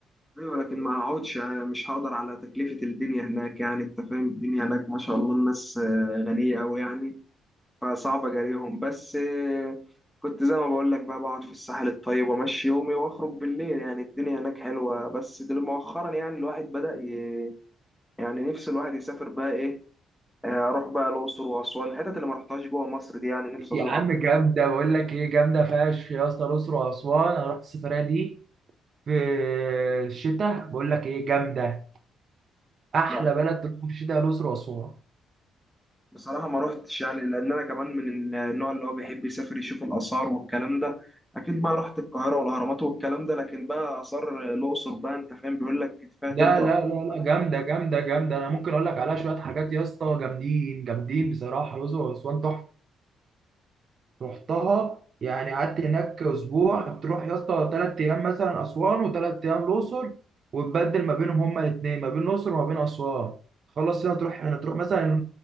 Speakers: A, in the centre; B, on the right (about 50°).
A: ايوه لكن ما اقعدش يعني مش هقدر على تكلفه الدنيا هناك يعني انت فاهم الدنيا هناك ما شاء الله الناس آه، غنيه قوي يعني فصعب اجاريهم بس آه، كنت زي ما بقول لك بقى بقعد في الساحل الطيب وامشي يومي واخرج بالليل يعني الدنيا هناك حلوه بس دل مؤخرا يعني الواحد بدأ ي... يعني نفس الواحد يسافر بقى ايه آه، اروح بقى الاقصر واسوان الحتت اللي ما رحتهاش جوه مصر دي يعني نفسي
B: يا
A: ازورها
B: عم جامدة بقول لك ايه جامدة فشخ يا اسطى الأقصر وأسوان أنا رحت السفرية دي في الشتاء بقول لك ايه جامدة أحلى
A: لا
B: بلد تروح في الشتاء هي الأقصر وأسوان
A: بصراحه ما رحتش يعني لان انا كمان من النوع اللي هو بيحب يسافر يشوف الاثار والكلام ده اكيد بقى رحت القاهره والاهرامات والكلام ده لكن بقى اثار الاقصر بقى انت فاهم بيقول لك فيها
B: لا
A: تلت
B: لا لا لا
A: أسوان.
B: جامدة جامدة جامدة أنا ممكن أقول لك عليها شوية حاجات يا اسطى جامدين جامدين بصراحة الأقصر وأسوان تحفة رحتها يعني قعدت هناك اسبوع بتروح يا اسطى ثلاث ايام مثلا اسوان وثلاث ايام الاقصر وتبدل ما بينهم هما الاثنين ما بين الاقصر وما بين اسوان تخلص هنا تروح هنا تروح مثلا